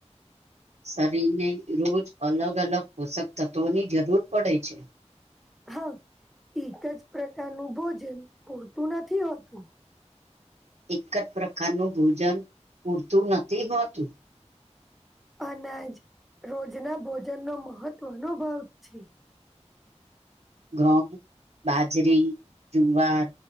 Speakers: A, on the right; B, in the centre.
A: શરીર ને રોજ અલગ અલગ પોષક તત્વો ની જરૂર પડે છે.
B: હા એક જ પ્રકારનું ભોજન પૂરતું નથી હોતું.
A: એક જ પ્રકારનું ભોજન પૂરતું નથી હોતું.
B: અનાજ રોજના ભોજનનો મહત્વનો ભાગ છે.
A: <unintelligible> બાજરી જુવાર